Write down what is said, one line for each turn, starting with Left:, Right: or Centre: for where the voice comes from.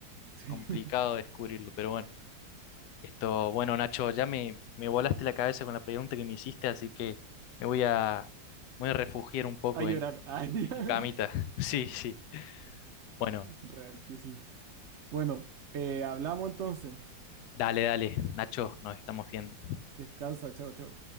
Right: Sí,
Left: complicado
Right: <laughs>
Left: descubrirlo, pero bueno. Esto, bueno, Nacho, ya me, me volaste la cabeza con la pregunta que me hiciste, así que me voy a, voy a refugiar un poco
Right: a llorar,
Left: en
Right: ah, <laughs> ya.
Left: en mi camita. <laughs> Sí, sí. Bueno,
Right: Real que sí. Bueno, eh, hablamos entonces.
Left: dale, dale, Nacho, nos estamos viendo.
Right: Descansa, chao, chao.